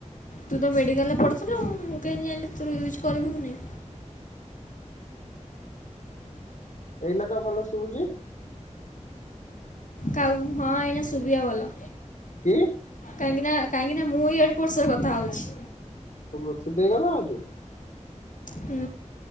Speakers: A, on the left; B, on the left.
A: ତୁ ତ ମେଡିକାଲ ରେ ପଡୁଥିଲୁ ମୁଁ କେମିତି ଜାଣିଲି ତୁ ତୋର ୟୁଜ କରିବୁ କି ନାଇଁ।
B: ଏଇନା ତ ଭଲ ଶୁଭୁଛି।
A: କାଉ ହଁ ଏଇନା ଶୁଭିବ ଭଲ।
B: କି?
A: କାହିଁକି ନା କାହିଁକି ନା ମୁଁ ଇଅର୍ ପୋର୍ଟ ସହ କଥା ହଉଛି।
B: ତୁ ବ୍ଲୁଟୁଥ୍ ହେଇ ଗଲା ଆଉ କଣ?
A: ହୁଁ